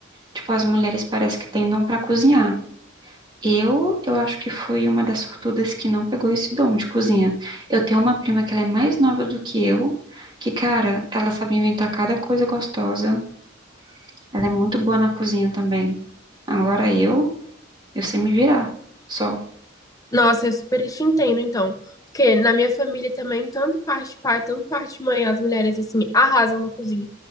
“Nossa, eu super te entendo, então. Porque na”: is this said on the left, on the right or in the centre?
Left